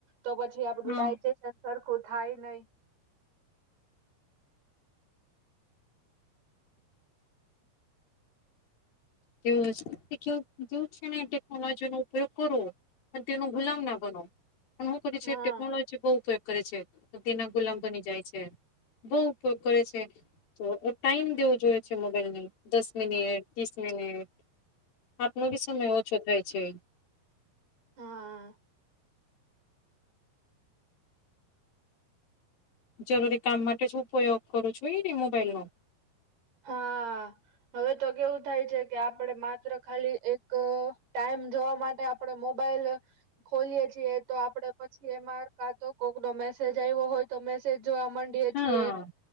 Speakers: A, on the right (about 85°); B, on the left (about 65°).
A: તો પછી આપડું
B: હા
A: ડાયજેશન સરખું થાય નહી
B: તેવું હ કેવ જેવું છે ને ટેકનોલોજી નો ઉપયોગ કરવો પણ તેનો ગુલામ ના બનો પણ હું કરી છે
A: હા
B: ટેકનોલોજી બહ કરે છે તે ના ગુલામ બની જાય છે. બહુ ઉપયોગ કરે છે તો એ ટાઈમ દેવો જોઈએ છે મોબાઈલ ને દસ મિનિટ ત્રીસ મિનિટ આપનો બી સમય
A: હા
B: ઓછો થાય છે
A: હા
B: જરૂરી કામ માટે હ ઉપયોગ કરું છું એને મોબાઈલ નો
A: હા હવે તો કેવું થાય છે કે આપડે માત્ર ખાલી એક ટાઈમ જોવા માટે આપડે મોબાઈલ ખોલીએ છીએ તો આપડે પછી એમાં કા તો કોક નો મેસેજ આવ્યો હોય તો મેસેજ જોવા કે
B: હા.
A: છે